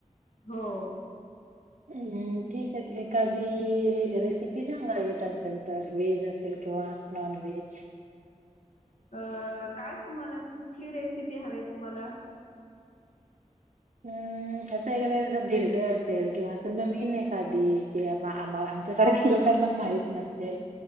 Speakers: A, on the left; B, on the right.
A: हो.
B: हम ठीक! आहे एखादी रेसिपी सांगा येत असेल, तर व्हेज असेल किंवा नॉनव्हेज?
A: अ काय तुम्हाला कुठली रेसिपी हवीये तुम्हाला?
B: हम. असं एखाद कसं बिर्ड असेल, किंवा असं नवीन एखादी जी आमा -आमच्या सारख्या लोकांना माहित नसेल.